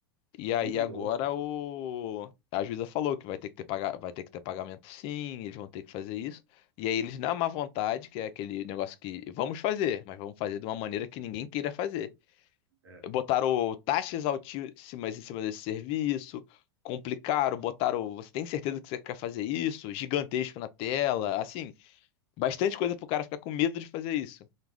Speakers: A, on the left (about 45°); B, on the right (about 75°).
A: E aí
B: Que louco.
A: agora o a juíza falou que vai ter que ter paga... vai ter que ter pagamento sim, eles vão ter que fazer isso. E aí eles na má vontade, que é aquele negócio que vamos fazer, mas vamos fazer de uma maneira que ninguém queira fazer
B: É,
A: botaram taxas altíssimas em cima desse serviço, complicaram, botaram, você tem certeza que você quer fazer isso? Gigantesco na tela, assim, bastante coisa pro cara ficar com medo de fazer isso.